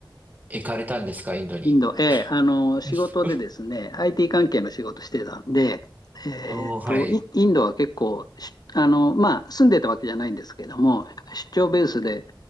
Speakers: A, on the right (about 20°); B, on the left (about 55°).
A: 行かれたんですかインドに。
B: インド、ええ、あの、仕事でですね、
A: <laughs>
B: IT 関係の仕事してたんで、えーっと、
A: おー、はい。
B: イインドは結構、しあの、まあ、住んでたわけじゃないんですけども、出張ベースで、